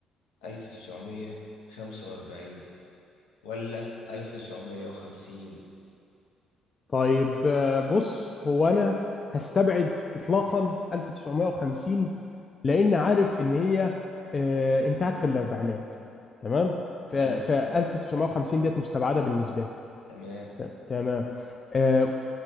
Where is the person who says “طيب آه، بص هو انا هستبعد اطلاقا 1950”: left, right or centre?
Left